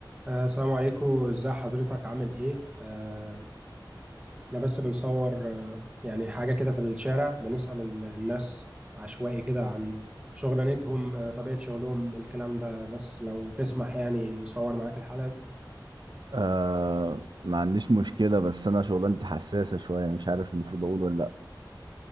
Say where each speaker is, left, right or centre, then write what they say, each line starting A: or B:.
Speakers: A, on the right; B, on the right.
A: آه، السلام عليكم ازاي حضرتك عامل ايه آه، احنا بس بنصور آه، يعني حاجة كده في الشارع بنسأل ال- الناس عشوائي كده عن شغلانتهم آه، طبيعة شغلهم الكلام ده بس لو تسمح يعني نصور معاك الحلقة دي
B: آه ما عنديش مشكلة بس أنا شغلانتي حساسة شوية مش عارف المفروض أقول ولا لأ